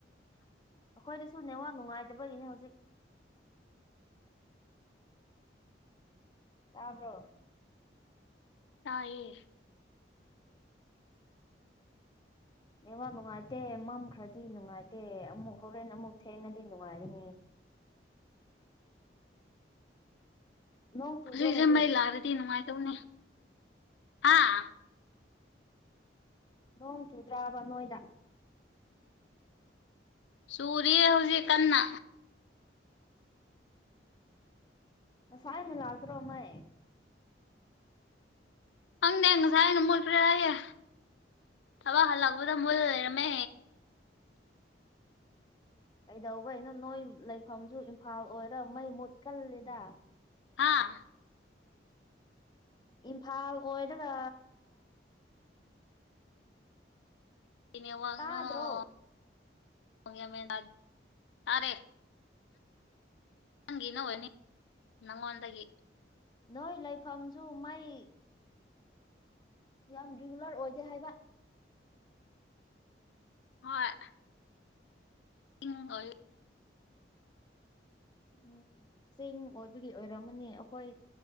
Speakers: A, on the left; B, on the left.
A: ꯑꯩꯈꯣꯏꯗꯁꯨ ꯅꯦꯋꯥꯛ ꯅꯨꯡꯉꯥꯏꯇꯕꯒꯤꯅꯤ ꯍꯧꯖꯤꯛ ꯇꯥꯕ꯭ꯔꯣ
B: ꯇꯥꯏꯌꯦ
A: ꯅꯦꯋꯥꯛ ꯅꯨꯡꯉꯥꯏꯇꯦ ꯃꯝꯈ꯭ꯔꯗꯤ ꯅꯨꯡꯉꯥꯏꯇꯦ ꯑꯃꯨꯛ ꯍꯣꯔꯦꯟ ꯑꯃꯨꯛ ꯊꯦꯡꯉꯗꯤ ꯅꯨꯡꯉꯥꯏꯔꯅꯤ ꯅꯣꯡ ꯆꯨꯗ꯭ꯔꯣ
B: ꯍꯧꯖꯤꯛꯁꯦ
A: ꯍꯧꯖꯤꯛ
B: ꯃꯩ ꯂꯥꯛꯑꯗꯤ ꯅꯨꯡꯉꯥꯏꯇꯧꯅꯤ ꯑꯥ
A: ꯅꯣꯡ ꯆꯨꯗ꯭ꯔꯥꯕ ꯅꯣꯏꯗ
B: ꯆꯨꯔꯤꯌꯦ ꯍꯧꯖꯤꯛ ꯀꯟꯅ
A: ꯉꯁꯥꯏꯅ ꯂꯥꯛꯗ꯭ꯔꯣ ꯃꯩ
B: ꯈꯪꯗꯦ ꯉꯁꯥꯏꯅ ꯃꯨꯠꯈ꯭ꯔꯦ ꯃꯩ ꯊꯕꯛ ꯍꯜꯂꯛꯄꯗ ꯃꯨꯠꯂꯒ ꯂꯩꯔꯝꯃꯦ
A: ꯀꯩꯗꯧꯕꯩꯅꯣ ꯅꯣꯏ ꯂꯩꯐꯝꯁꯨ ꯏꯝꯐꯥꯜ ꯑꯣꯏꯔ ꯃꯩ ꯃꯨꯠꯀꯜꯂꯤꯗ
B: ꯍꯥꯥ
A: ꯏꯝꯐꯥꯜ ꯑꯣꯏꯔꯒ
B: ꯀꯩ ꯅꯦꯋꯥꯡꯅꫭ
A: ꯇꯥꯗ꯭ꯔꯣ
B: ꯇꯥꯔꯦ ꯅꯪꯒꯤ ꯅꯅꯤ ꯅꯪꯉꯣꯟꯗꯒꯤ
A: ꯅꯣꯏ ꯂꯩꯐꯝꯁꯨ ꯃꯩ ꯌꯥꯝ ꯔꯤꯒꯨꯂꯔ ꯑꯣꯏꯗꯦ ꯍꯥꯏꯕ
B: ꯍꯣꯏ <unintelligible>
A: ꯎꯝ ꯆꯤꯡ ꯑꯣꯏꯕꯒꯤ ꯑꯣꯏꯔꯝꯃꯅꯤ ꯑꯩꯈꯣꯏ